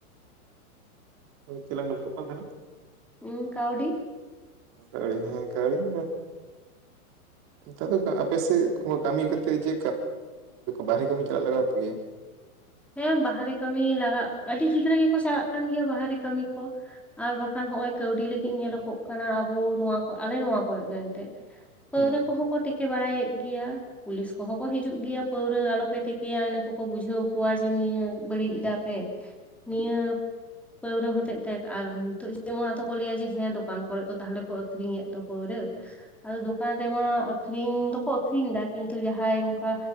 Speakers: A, on the right; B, in the centre.
A: ᱦᱳᱭ ᱪᱮᱫ ᱞᱟᱝ ᱜᱚᱞᱯᱚᱜ ᱠᱟᱱ ᱛᱟᱦᱮᱱᱟ
B: ᱦᱩᱸ ᱠᱟᱹᱣᱰᱤ
A: ᱤᱭᱟᱹ ᱦᱮᱸ ᱠᱟᱹᱣᱰᱤ ᱱᱮᱛᱟᱨ ᱫᱚ ᱟᱯᱮᱥᱮᱫ ᱠᱟᱹᱢᱤ ᱠᱟᱛᱮ ᱡᱮ ᱵᱟᱨᱦᱮ ᱠᱟᱹᱢᱤ ᱪᱟᱞᱟᱜ ᱞᱟᱜᱟᱣ ᱯᱮᱭᱟ
B: ᱦᱮᱸ ᱵᱟᱦᱨᱮ ᱠᱟᱹᱢᱤ ᱞᱟᱜᱟᱜ ᱟᱹᱰᱤ ᱜᱤᱫᱽᱨᱟᱹ ᱜᱮᱠᱚ ᱪᱟᱞᱟᱜ ᱠᱟᱱ ᱜᱮᱭᱟ ᱵᱟᱦᱨᱮ ᱠᱟᱹᱢᱤ ᱠᱚ ᱟᱨ ᱵᱟᱠᱷᱟᱱ ᱦᱸᱚᱜᱼᱚᱭ ᱠᱟᱹᱣᱰᱤ ᱞᱟᱹᱜᱤᱫ ᱧᱮᱞᱚᱜᱼᱚᱜ ᱠᱟᱱᱟ ᱟᱵᱚ ᱱᱚᱣᱟ ᱟᱞᱮ ᱱᱚᱣᱟ ᱠᱚᱨᱮᱜ ᱫᱚ ᱮᱱᱛᱮᱜ ᱯᱟᱹᱣᱨᱟᱹ
A: ᱦᱩᱸ
B: ᱠᱚᱸᱦᱚᱸ ᱛᱤᱠᱤ ᱵᱟᱲᱟᱭᱮᱫ ᱜᱮᱭᱟ ᱯᱩᱞᱤᱥ ᱠᱚᱦᱚᱸ ᱠᱚ ᱦᱤᱡᱩᱜ ᱜᱮᱭᱟ ᱯᱟᱹᱣᱨᱟᱹ ᱟᱞᱚᱯᱮ ᱛᱤᱠᱤᱭᱟ ᱤᱱᱟᱹ ᱠᱚᱠᱚ ᱵᱩᱡᱷᱟᱹᱣ ᱠᱚᱣᱟ ᱡᱮ ᱱᱤᱭᱟᱹ ᱵᱟᱹᱲᱤᱡ ᱮᱫᱟ ᱯᱮ
A: ᱦᱩᱸ
B: ᱱᱤᱭᱟᱹ ᱯᱟᱹᱣᱨᱟᱹ ᱦᱚᱛᱮᱡ ᱛᱮ ᱟᱨ ᱱᱤᱛᱚᱜ ᱡᱮᱢᱚᱱ ᱟᱫᱚ ᱠᱚ ᱞᱟᱹᱭ ᱟ ᱡᱮ ᱦᱮᱸ ᱫᱚᱠᱟᱱ ᱠᱚᱨᱮᱜ ᱫᱚ ᱛᱟᱦᱚᱞᱮ ᱠᱚ ᱟᱠᱷᱨᱤᱧ ᱮᱫ ᱫᱚ ᱯᱟᱹᱣᱨᱟᱹ
A: ᱦᱩᱸ
B: ᱟᱫᱚ ᱫᱚᱠᱟᱱ ᱨᱮᱢᱟ ᱟᱹᱠᱷᱨᱤᱧ ᱫᱚᱠᱚ ᱟᱹᱠᱷᱨᱤᱧ ᱮᱫᱟ ᱠᱤᱱᱛᱩ ᱡᱟᱦᱟᱸᱭ ᱚᱱᱠᱟ